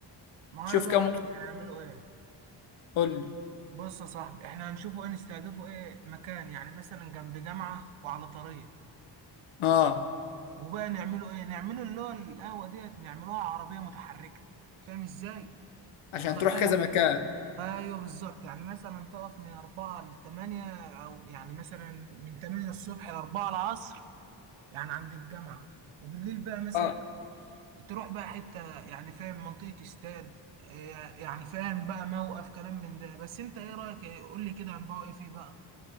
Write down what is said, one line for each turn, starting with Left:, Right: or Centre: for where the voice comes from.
Right: ما
Left: شوف
Right: انا بقى
Left: كام
Right: اقول
Left: واحد
Right: لك هنعمله ايه
Left: قول لي
Right: بص يا صاحبي احنا هنشوفه ايه نستهدفه ايه مكان يعني مثلا جنب جامعة وعلى طريق
Left: اه
Right: وبقى نعمله ايه نعمله اللي هو القهوة ديت نعملوها عربية متحركة فاهم ازاي
Left: عشان
Right: ونخليها
Left: تروح كذا مكان
Right: ايوه بالظبط يعني مثلا تقف من 4 ل 8 او يعني مثلا من 8 الصبح ل 4 العصر يعني عند الجامعه وبالليل بقى مثلا
Left: اه
Right: تروح بقى حته يعني فاهم منطقه استاد إيه يعني فاهم بقى موقف كلام من ده بس انت ايه رايك إيه؟ قول لي كده هنبقى ايه فيه بقى